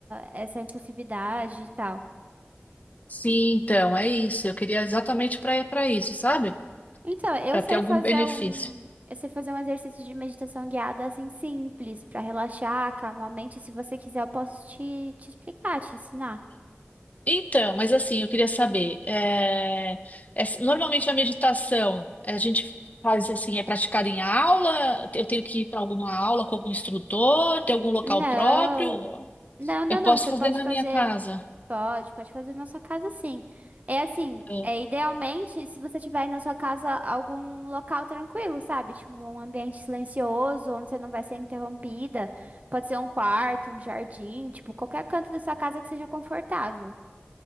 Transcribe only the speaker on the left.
sim, então, é isso. Eu queria exatamente para para isso, sabe?
Para
ter algum
benefício.
Então, mas assim, eu queria saber, é, é- normalmente a meditação a gente faz assim, é praticada em aula? Eu tenho que ir para alguma aula com algum instrutor? Tem algum local
próprio?
Eu posso
fazer
na
minha casa?
É,